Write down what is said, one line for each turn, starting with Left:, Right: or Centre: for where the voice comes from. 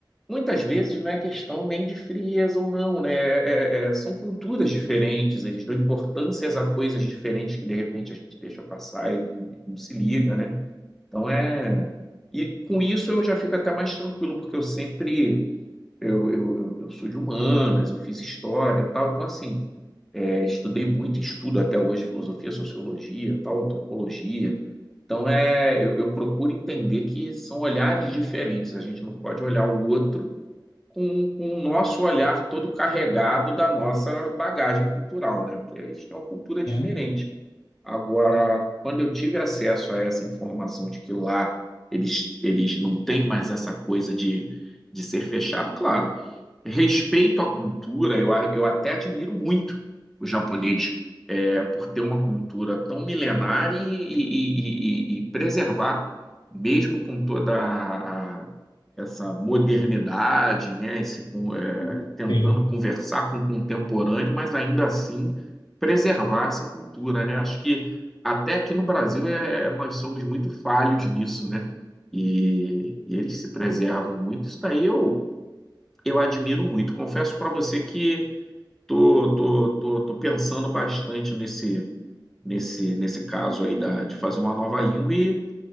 Centre: Muitas vezes não é questão nem de frieza ou não, né? É- é- é- são culturas diferentes, eles dão importâncias a coisas diferentes que de repente a gente deixa passar e não, não se liga, né? Então é. E com isso eu já fico até mais tranquilo, porque eu sempre. Eu, eu, eu- eu sou de humanas, eu fiz história e tal, então assim. é, estudei muito, estudo até hoje filosofia, sociologia, tal, antropologia. Então é, eu eu procuro entender que são olhares diferentes. A gente não pode olhar o outro com, com o nosso olhar todo carregado da nossa bagagem cultural, né? Porque a gente tem uma cultura diferente.
Left: Sim,
Centre: Agora, quando eu tive acesso a essa informação de que lá eles, eles não têm mais essa coisa de, de ser fechado, claro, respeito à cultura, eu, eu até admiro muito o japonês é, por ter uma cultura tão milenar e, e- e- e- e preservar, mesmo com toda a- a- essa modernidade, né, esse con- é,
Left: Uhum.
Centre: tentando
Left: sim.
Centre: conversar com o contemporâneo, mas ainda assim preservar essa cultura, né? Acho que até aqui no Brasil é, é, nós somos muito falhos nisso, né? E, e eles se preservam muito. Isso daí eu, eu admiro muito. Confesso para você que Tô, tô, tô, tô pensando bastante nesse, nesse, nesse caso aí da, de fazer uma nova língua e